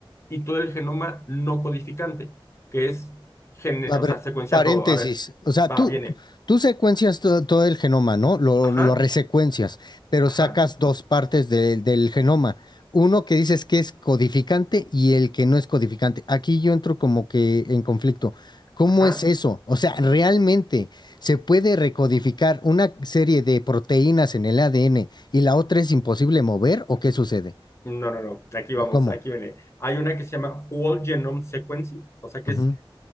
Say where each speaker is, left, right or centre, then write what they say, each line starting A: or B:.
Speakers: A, on the left; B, on the left.
A: y todo el genoma no codificante, que es, gene-
B: A
A: o
B: ver,
A: sea, secuenciar
B: paréntesis.
A: todo. A ver,
B: O sea,
A: va,
B: tú,
A: viene.
B: tú tú secuencias to- todo, el genoma, ¿no? Lo,
A: Ajá,
B: lo resecuencias, pero
A: ajá,
B: sacas dos partes del del genoma. Uno que dices que es codificante y el que no es codificante. Aquí yo entro como que en conflicto. ¿Cómo
A: ajá.
B: es eso? O sea, ¿realmente se puede recodificar una serie de proteínas en el ADN y la otra es imposible mover? ¿O qué sucede?
A: No, no, no, aquí vamos,
B: ¿O cómo?
A: aquí viene. Hay una que se llama Whole Genome Sequencing, o sea, que
B: Ujú,
A: es